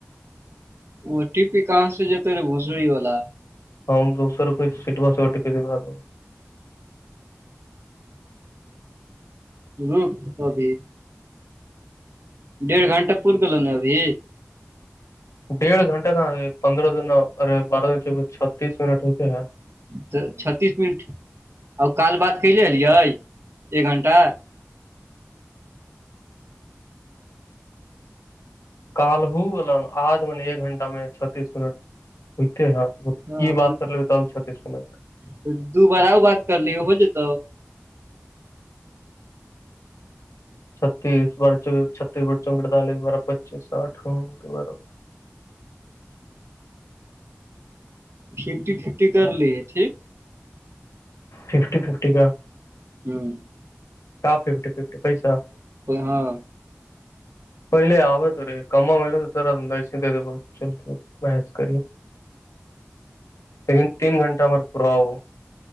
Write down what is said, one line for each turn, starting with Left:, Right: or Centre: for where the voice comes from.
Right: وہ ٹیپی کہاں سے جتے رے بھسڑی والا
Left: ہاں دوسر کوئی سیٹی بسٹی پ د بر <unintelligible>
Right: رک ابھی ڈھ گھنٹہ پور گ ن ابھی <unintelligible>
Left: ڈیڑھ گھنٹہ کہاں پندرہ دن ارے بارہ دن چھتیس منٹ ہوتے ہے <unintelligible>
Right: تو چھتیس منٹ ا کال بات کیلے ایے ایک گھنٹہ
Left: کال ہو ا آج میں نے ایک گھٹہ میں چتیس منٹ ہوتے ہیں
Right: ہاں
Left: یہ بات کر لیے تب چتیس منٹ
Right: تو دو بار آؤ بات کر لی ہو جتا
Left: چھتیس بار چ چھتیس بڑھ چ اڑتالیس بارہ پچیس ساھ دو بارہ
Right: ففٹی ففٹی کر لیے ٹھیک
Left: ففٹی ففٹی کا <unintelligible>
Right: <inaudible>
Left: کاف ففٹی ففٹی پسہ
Right: ہاں
Left: پہلے آوے تو رہے کما میںلے تو تیرا دا اس د ب چل بحث کریے لیکن تین گھنٹہ مر پاؤ